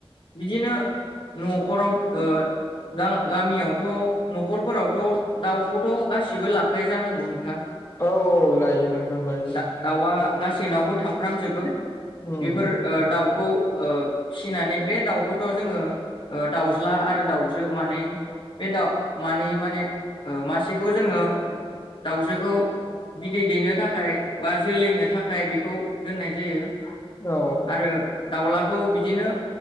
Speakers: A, on the left; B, on the left.
A: बिदिनो नखराव ओ गा-गामियावथ नखरफोरावथ दाउखौथ गासिबो लाखायोजानांगौ नोंथां
B: औ औ लायो नोंथां लायो
A: दा दाउआ गासैनावबो थाफ्रामजोबो
B: उम
A: बेफोर ओ दाउ खौ ओ फिनानै बे दाउखौथ जोङो दाउज्ला आरो दाउजो मानै बे दा मानै माने ओ मासेखौ जोङो दाउजोखौ बिदै दैनो थाखाय बा जोलैनो थाखाय बेखौ दोननाय जायो
B: औ
A: आरो दाउला औ बिदिनो